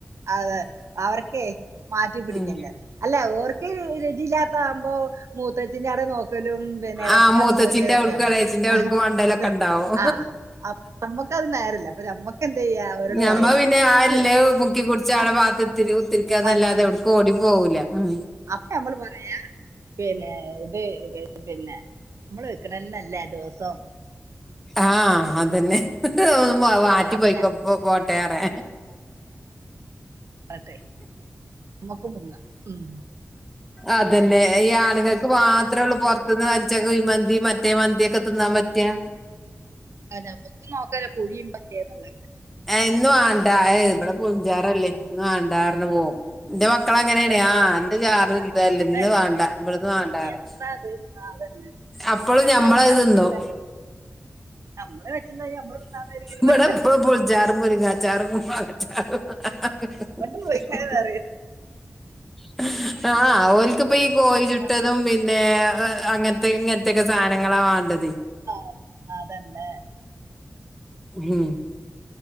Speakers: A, on the right; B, in the centre.
A: അതെ അവർക്കെ മാറ്റി പിടിക്കേണ്ട
B: ഉം
A: അല്ലേ ഓർക്ക് രതിയില്ലാത്ത ആകുമ്പോ മൂത്തച്ച്ചിന്റാടെ നോക്ക ലും പിന്നെ ഇളേച്ച
B: ആഹ്
A: കാരെ
B: മൂത്തച്ചിന്റെ
A: നോക്കലൊക്കെയാണ്
B: അവ്ട്ക്കും എളേച്ചിന്റെ അവ്ട്ക്കും മണ്ടലൊക്കെ
A: ഇത്
B: ഇണ്ടാവും
A: ആ ആ അപ്പ അത് നേരല്ല അപ്പൊ നമ്മക്ക് എന്ത് ചെയ്യ അവരോട്
B: ഞമ്മ
A: പറയാ
B: പിന്നെ ആ
A: ഇത്
B: ഇല്ലേ മുക്കി കുടിച്ച് ആടെ
A: ആ
B: ഭാത്ത് കുത്തിരി കുത്തിരിക്കാന്നല്ലാതെ
A: അത്
B: എവ്ട്ക്കും ഓടി പോവൂല ഉം
A: അപ്പ നമ്മള് പറയ പിന്നെ ഇത് പിന്നെ നമ്മള് വെക്കണന്നല്ലേ ദിവസം
B: ആ അതെന്നെ <unintelligible> വാറ്റി
A: അപ്പൊ
B: പോയ്കൊ
A: ഞ
B: ഇപോ പോട്ടേറെ
A: അട്ടെ നമ്മുക്ക് മുങ്ങ മ്
B: അതന്നെ ഈ ആണുങ്ങൾക്ക് മാത്രള്ളു പൊറത്തുന്ന് വെച്ച കുഴിമന്തി മറ്റേ മന്തി ഒക്കെ തിന്ന പറ്റാ
A: ആ നമുക്ക് നോക്കലെ കുഴി ഉണ്ടകേന്നിള്ള
B: ആ ഇന്ന് വാണ്ടാ അ് ഇവിടെ പുളിഞ്ചാറല്ലേ ഇന്ന് വണ്ടാ പറഞ്ഞ് പോകും എന്റെ മക്കള അങ്ങനെയാണ
A: അത്
B: ആ എന്റെ ചാറ
A: ആഹ്
B: ല്ലെന്ന്
A: അതന്നെ
B: ന്ന് വാണ്ട ഇപ് ട്ന്ന് വാണ്ടാന്ന്
A: എന്താ
B: പറയും
A: അത് ആഹ് അതന്നെ
B: അപ്പളും
A: എന്താ
B: ഞമ്മളത്
A: ഇവിടെ എപ്പഴും
B: തിന്നും
A: തന്നെ നമ്മള് വെച്ചെന്താ ചെയ്യാ നമ്മള് തിന്നാതെ
B: പ്ടെ ഇപ്പളും പുളിച്ചാറും മുരിങ്ങാ ചാറും മാങ്ങ ചാറും ഹ് ഹ്
A: കൊണ്ട് പോയിക്കാന്ന്
B: ഹ് ഹ്
A: പറയും
B: <unintelligible> ആഹ് ഓൽക്പ്പൊ‌ ഈ കോഴി ചുട്ടതും
A: ആഹ്
B: പിന്നെ അങ്ങനത്തെ ഇങ്ങനത്തെൊക്കെ സാനങ്ങളാ വാണ്ടത്
A: ആഅതന്നെ
B: ഹം